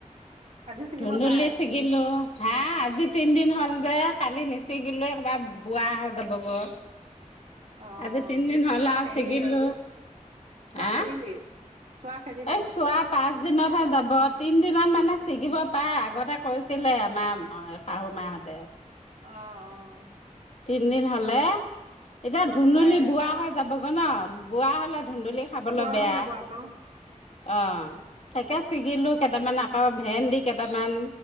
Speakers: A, on the right (about 70°); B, on the left (about 55°).
A: আজি ছিগিব
B: ধুন্দুলি
A: পাৰে
B: শিগিলো হা আজি তিনদিন হ'ল যে কালি নিচিগিলৈ কবাৰ বোৱা হৈ যাবগৈ
A: অ
B: আজি তিনদিন হ'ল
A: কিয়
B: আৰু
A: হেৰি
B: ছিগিলো
A: চোৱা
B: হা
A: খেদিলি। চোৱা খেদিলি।
B: এই চোৱা পাঁচ দিনতহে যাব তিন দিনত মানে ছিগিব পাৰে আগতে কৈছিলে আমাৰ শাহু মাহঁতে
A: অ, 'অ।
B: তিনিদিন হ'লে এতিয়া
A: অ
B: ধুনুলি
A: পাৰে
B: বোৱা
A: আও
B: হৈ যাবগৈ ন বোৱা হ'লে ধুন্দুলি খাবলৈ
A: বুঢ়া
B: বেয়া
A: হৈ যাব আকৌ
B: অ তাকে ছিগিলো কেইটামান, আকৌ ভেন্দি কেইটামান।